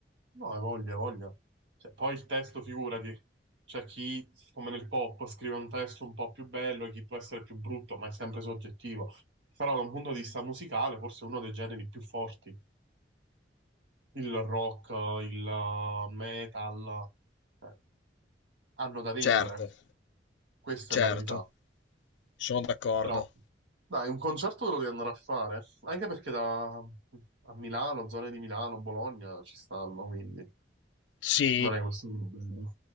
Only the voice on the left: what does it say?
certo,
certo,
sono d'accordo.
Sì.